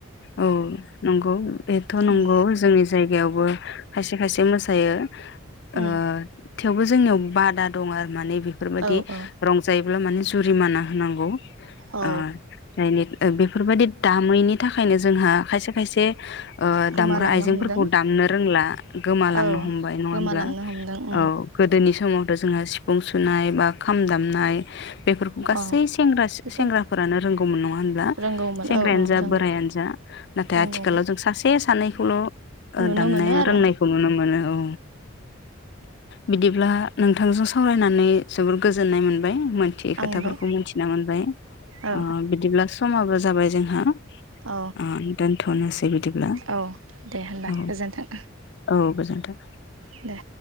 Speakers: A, on the left; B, on the right.
A: औ नंगौ बेथ' नंगौ
B: उम
A: जोंनि जायगायावबो खायसे खायसे मोसायो।
B: उम
A: ओ थेवबो जोंनियाव बादा दं आरो। माने बेफोर बायदि
B: औ औ
A: रंजायो। <unintelligible> माने जुरिमाना होनांगौ।
B: औ
A: आ जायनि बेफोर बायदि दामैनि थाखायनो जोंहा खायसे खायसे ओ
B: गोमालांनो
A: दामग्रा आइजेंफोरखौ
B: हमदों
A: दामनो रोंला गोमालांनो
B: औ
A: हमबाय नङा
B: गोमालांनो
A: होमब्ला
B: हमदों उम
A: औ गोदोनि समावथ' जोंहा सिफुं सुनाय बा खाम दामनाय बेफोरखौ गासै
B: औ
A: सेंग्रा
B: बेबो
A: सेंग्राफोरानो रोंगौमोन नङा होनब्ला?
B: रोंगौमोन
A: सेंग्रायानो
B: औ औ
A: जा
B: रोंगौ
A: बोराइयानो जा नाथाय
B: रोंगौमोन
A: आथिखालाव जों सासे सानैखौल'
B: नुनो
A: दामनाय
B: मोनो आरो
A: रोंनायखौ नुनो मोनो औ। बिदिब्ला नोंथांजों सावरायनानै जोबोर गोजोननाय मोनबाय। मोनथियै खोथाफोरखौ
B: आंबो
A: मिथिना मोनबाय
B: औ
A: ओ बिदिब्ला स समाबो जाबाय जोंहा।
B: औ
A: ओ दोनथनोसै बिदिब्ला
B: औ दे होनबा
A: औ
B: गोजोन्थों
A: औ औ गोजोन थों
B: दे